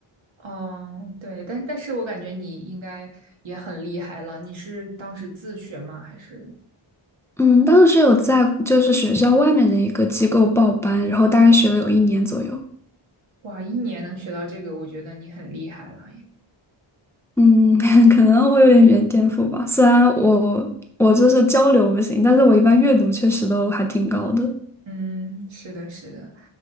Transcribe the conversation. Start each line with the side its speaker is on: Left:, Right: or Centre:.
Right: 嗯，对，但但是我感觉你应该也很厉害了。你是当时自学吗？还是
Centre: 嗯，当时是有在就是学校外面的一个机构报班，然后大概学了有一年左右。
Right: 哇，一年能学到这个，我觉得你很厉害了。
Centre: 嗯，<laughs> 可能我有点语言天赋吧，虽然我我就是交流不行，但是我一般阅读确实都还挺高的。
Right: 嗯，是的，是的。